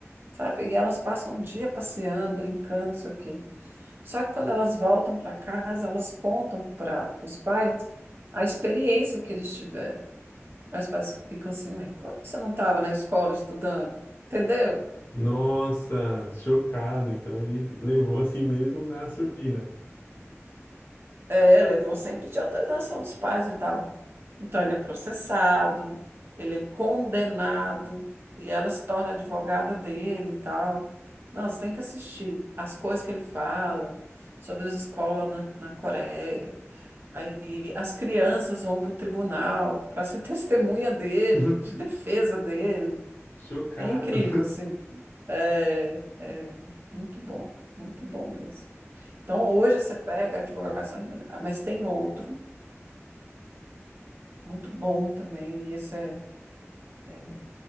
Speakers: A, on the right; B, on the left.
A: sabe? E elas passam o dia passeando, brincando, isso aqui. Só que quando elas voltam para casa, elas contam para os pais a experiência que eles tiveram. Aí os pais ficam assim, "Ué, como que você não estava na escola estudando? Entendeu?
B: Nossa, chocado. Então ele levou assim mesmo na surdina.
A: É, levou sem pedir autorização dos pais e tal. Então, ele é processado, ele é condenado, e ela se torna advogada dele e tal. Não, você tem que assistir as coisas que ele fala sobre as escolas na, na Coreia. Aí as crianças vão para o tribunal para ser <laughs> testemunha dele,
B: <laughs>
A: de defesa dele.
B: Chocado.
A: É incrível, assim. É muito bom, muito bom mesmo. Então, hoje você pega a advogação, mas tem outro. Muito bom também. E esse é, é,